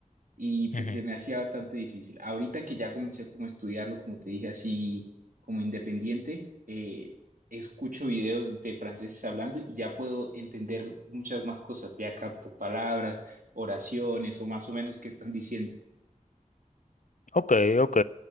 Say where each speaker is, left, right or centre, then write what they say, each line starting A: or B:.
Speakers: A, on the right; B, on the left.
A: y pues
B: ujú.
A: se me hacía bastante difícil. Ahorita que ya comencé como a estudiarlo, como te dije, así como independiente, eh, escucho videos de franceses hablando y ya puedo entender muchas más cosas. Ya capto palabras, oraciones o más o menos qué están diciendo.
B: Ok, ok.